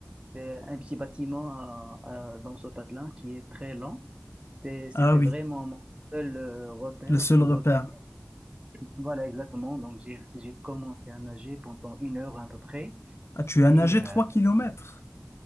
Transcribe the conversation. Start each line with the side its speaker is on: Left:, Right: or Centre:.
Right: c'est un petit bâtiment à, à- dans ce patelin qui est très lent. C'est- C'était
Left: Ah oui,
Right: vraiment mon seul euh, repère
Left: le seul
Right: pour
Left: repère.
Right: revenir. Voilà, exactement. Donc, j'ai, j'ai commencé à nager pendant une heure à peu près.
Left: Ah, tu as
Right: Et
Left: nagé
Right: euh,
Left: 3 kilomètres.